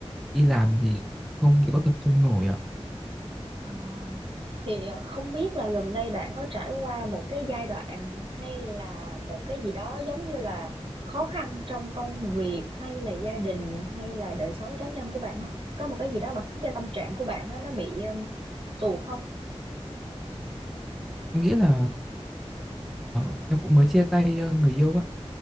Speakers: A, in the centre; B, on the right.
A: đi làm thì không có tập trung nổi ạ.
B: Ờ, thì ờ, không biết là gần đây bạn có trải qua một cái giai đoạn hay là một cái gì đó giống như là khó khăn trong công việc hay là gia đình hay là đời sống cá nhân của bạn không? Có một cái gì đó mà khiến cho tâm trạng của bạn á, nó bị um, tuột không?
A: Em nghĩ là ờ, em cũng mới chia tay ờ, người yêu á,